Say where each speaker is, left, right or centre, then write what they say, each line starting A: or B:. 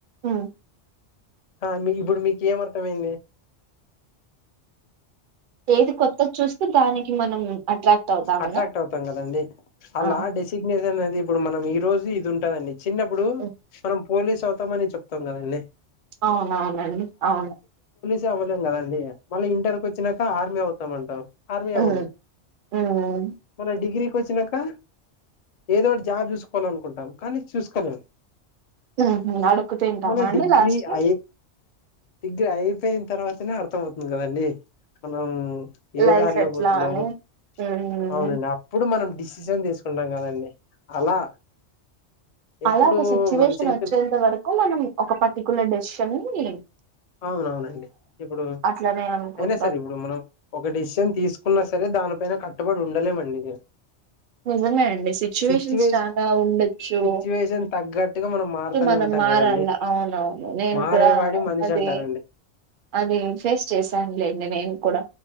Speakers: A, on the right; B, on the left.
A: ఉమ్
B: ఆ మీ ఇప్పుడు మీక్ ఏం అర్థంమైంది
A: ఏది కొత్తక్ చూస్తే దానికి మనం అట్రాక్ట్ అవుతామనా?
B: అట్రాక్ట్ అవుతాం కదండి
A: ఆ!
B: అలా డెసిగ్నేసన్ ఇప్పుడు మనం ఈ రోజి ఇది ఉంటాదండి చిన్నప్పుడు
A: హ్మ్.
B: మనం పోలీస్ అవుతామని చెప్తాం కదండీ
A: అవునవునండి అవును
B: జవ్వలేం కదండి మళ్ళీ ఇంటర్క్ వచ్చినాక ఆర్మీ అవుతామంటం ఆర్మీ
A: హ్మ్.
B: అవ్వలేం
A: హ్మ్.
B: మొన్న డిగ్రీ కి వచ్చినాంక ఏదో ఒకటి జాబ్ చూసుకోవాల అనుకుంటాం కానీ చూసుకోలేం.
A: హు హ్మ్ అడుక్కు తింటామా
B: మళ్ళ
A: అండి
B: డిగ్రీ
A: లాస్ట్ కి
B: అయి డిగ్రీ అయిపోయిన తర్వాతనే అర్థం అవుతుంది కదండీ మనం ఏ
A: లైఫ్
B: దారిలో
A: ఎట్లా
B: పోతున్నాము
A: అని. హ్మ్.
B: అవునండి అప్పుడ్ ప్పుడు మనం డెసిషన్ తీసుకుంటాం కదండి అలా ఎప్పుడు
A: అలా ఒక సిచ్యువేషన్
B: మన చేతులు
A: వచ్చేంత వరకు మనం ఒక పటి కుల డెసిషన్ మీ
B: అవునవునండి ఇప్పుడు
A: అట్లనే అనుకుంటాం.
B: అయినా సరే ఇప్పుడు మనం ఒక డిసిజన్ తీసుకున్న స సరే దానిపైన కట్టుబడి ఉండలేమండి
A: నిజమే అండి సిచ్యువేషన్స్
B: సిచ్యువేష
A: చాగా ఉండొచ్చు
B: సిచ్యువేషన్ తగ్గట్టుగా మనం మారుతూనే
A: మనం
B: ఉంటాం
A: మారలా
B: కదండి
A: అవునవును నేను
B: మారేవాడి
A: కూడా
B: మనిషి
A: అదే దే
B: అంటారండి
A: అది ఫేస్ చేశానులేండి నేను కూడా